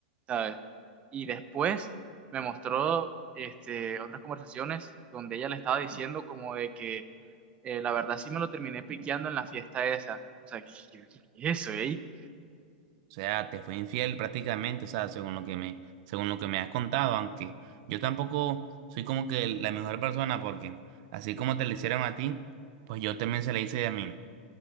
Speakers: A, on the right; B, on the right.
A: ¿sabes? Y después me mostró este, otras conversaciones donde ella le estaba diciendo como de que eh, la verdad sí me lo terminé piqueando en la fiesta esa. O sea, ¿qué, qué- qué es eso, eh?
B: O sea, te fue infiel prácticamente, o sea, según lo que me, según lo que me has contado, aunque yo tampoco soy como que la mejor persona porque así como te lo hicieron a ti, pues yo también se le hice a mi,